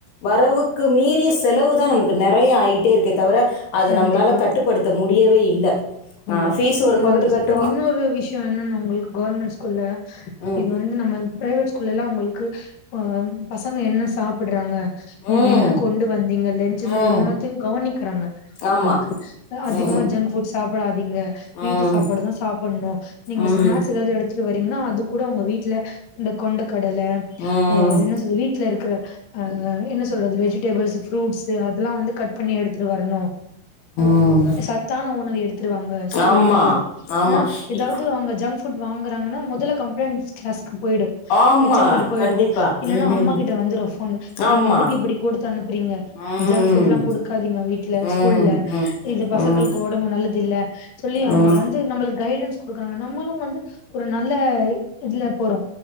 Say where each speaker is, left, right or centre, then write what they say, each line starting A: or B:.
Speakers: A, on the left; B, on the left.
A: வரவுக்கு மீறிய செலவு தான் நமக்கு நிறைய ஆகிட்டே இருக்க தவிர அத
B: கண்டிப்பா
A: நம்மளால கட்டுப்படுத்த முடியும் முடியவே இல்ல
B: ஆமா
A: ஆ ஃபீஸ் ஒரு
B: இன்ன
A: பகுடு
B: வந்து
A: கட்டுவோம்
B: இன்னொரு விஷயம் என்னன்ன உங்களுக்கு கவர்மெண்ட் குல்ல
A: ம்
B: இது வந்து நம்ம பிரைவேட் கள்ளல்லாம் உங்களுக்கு பசங்க என்ன சாப்பிடுறாங்க நீங்க
A: ம்
B: என்ன கொண்டு வந்தீங்க லென்ட்சல
A: ம்
B: எல்லாத்தையும் கவனிக்கிறாங்க
A: ஆமா
B: உங்களுக்கு அதிகமா
A: ம் ம்
B: ஜங்க் புட் சாப்ப ங்க வீட்டு
A: ம்
B: சாப்பாடுதான் சாப்பிடணும் நீங்க
A: ம்
B: ஸ்நாக்ஸ் ஏதாவது எடுத்துட்டு வரீங்கன்னா அது கூட உங்க வீட்டுல இந்த கொண்டு கடல
A: ம் ம்
B: என்ன சொல்ற வீட்டுல இருக்கிற என்ன சொல்றது வெஜிடபிள்ஸ் ப்ரூட்ஸ் அதெல்லாம் வந்து கட் பண்ணி எடுத்துட்டு வரணும்
A: ம்
B: சத்தான உணவு எடுத்து டு வாங்க ஸ்கூலுக்கு
A: ஆமா ஆமா
B: ஏதாவது
A: இ
B: அவங்க ஜங்க் புட் வாங்க ங்கறாங்கா முதல கம்ப்ளைண்ட் கிளாஸக்கு போயிடும்
A: ஆமா
B: எச்சம் கிட்ட போயிடும்
A: கண்டிப்பா
B: இல்லனா
A: ம்
B: அம்மா
A: ம்
B: கிட்ட வந்துரும் போன்
A: ஆமா
B: நீங்க எதுக்கு இப்படி கொடுத்து அனுப்புறீங்க
A: ம்
B: ஜங்க் புட் எல்லாம் கொடுக்காதீங்க வீட்டுல
A: ம்
B: ஸ்கூல்ல
A: ம் ம்
B: இது பசங்களுக்கு
A: ம்
B: உடம்பு நல்ல இல்ல சொல்லி அவங்க
A: ம் ம்
B: வந்து நம்மளுக்கு கைடன்ஸ் கொடுக்குறாங்க நம்மளும் வந்து ஒரு நல்ல இதுல போறோ